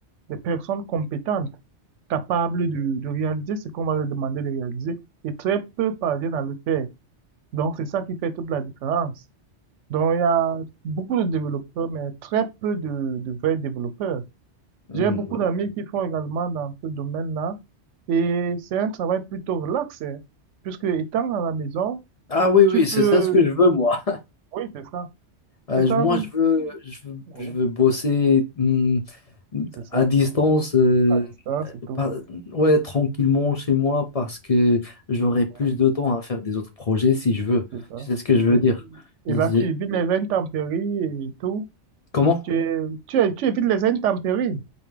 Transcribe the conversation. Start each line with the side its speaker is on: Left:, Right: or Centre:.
Right: des personnes compétentes, capables de, de réaliser ce qu'on va leur demander de réaliser. Et très peu parviennent à le faire. Donc, c'est ça qui fait toute la différence. Donc, il y a beaucoup de développeurs, mais très peu de, de vrais développeurs.
Left: Hmm.
Right: J'ai beaucoup Ouais. d'amis qui font également dans ce domaine-là. Et c'est un travail plutôt relax, hein, puisque étant à la maison,
Left: Ah oui, oui,
Right: tu peux...
Left: c'est ça ce que je veux, moi.
Right: Oui, oui, c'est ça.
Left: Euh,
Right: Étant...
Left: je- moi, je veux, je veux,
Right: Oui,
Left: je veux bosser hmm,
Right: c'est ça.
Left: à distance, euh,
Right: À distance et tout.
Left: pas- ouais, tranquillement chez moi, parce que j'aurai plus
Right: Ouais,
Left: de temps à faire des autres projets si je veux.
Right: C'est ça.
Left: Tu sais ce que je veux
Right: Et,
Left: dire? Ils-
Right: et là, tu évites les intempéries et tout.
Left: Comment?
Right: Tu, es- tu, es- tu évites les intempéries.